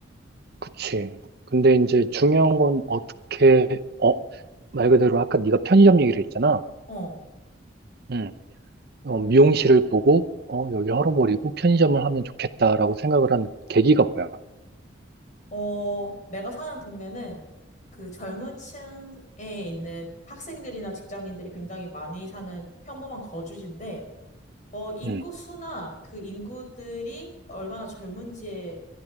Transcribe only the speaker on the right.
그치. 근데 이제 중요한 건 어떻게, 어, 말 그대로 아까 네가 편의점 얘기를 했잖아.
음. 어, 미용실을 보고, 어, 여기 헐어버리고 편의점을 하면 좋겠다라고 생각을 한 계기가 뭐야?
음,